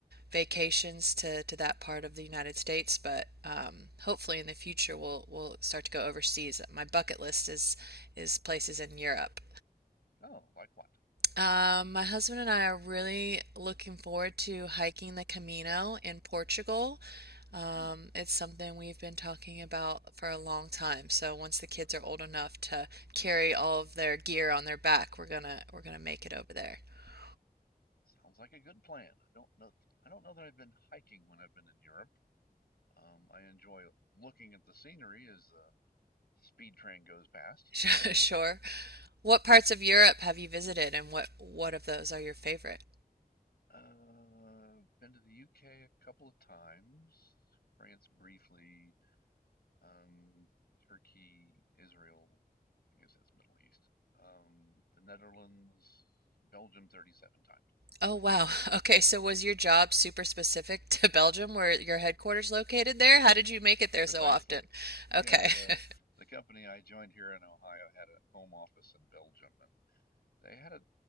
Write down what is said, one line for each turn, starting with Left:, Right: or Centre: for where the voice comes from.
Right: vacations to, to that part of the United States, but um, hopefully in the future we'll we'll start to go overseas. My bucket list is is places in Europe.
Left: Oh, like what?
Right: Um, my husband and I are really looking forward to hiking the Camino in Portugal. Um,
Left: Huh.
Right: it's something we've been talking about for a long time. So once the kids are old enough to carry all of their gear on their back, we're gonna we're gonna make it over there. <laughs>
Left: Sounds like a good plan. I don't know. I don't know that I've been hiking when I've been in Europe. Um, I enjoy looking at the scenery as the speed train goes past.
Right: Sure.
Left: Um,
Right: What parts of Europe
Left: uh,
Right: have you visited and what what of those are your favorite?
Left: uh, been to the UK a couple of times, France briefly, um, Turkey, Israel. I guess that's Middle East. Um, the Netherlands, Belgium, 37 times.
Right: Oh wow. <laughs> Okay, so was your job super specific to Belgium where your headquarters located there? How did you make it there
Left: Precisely.
Right: so often?
Left: Yeah,
Right: Okay.
Left: the
Right: <laughs>
Left: the company I joined here in Ohio had a home office in Belgium, and they had a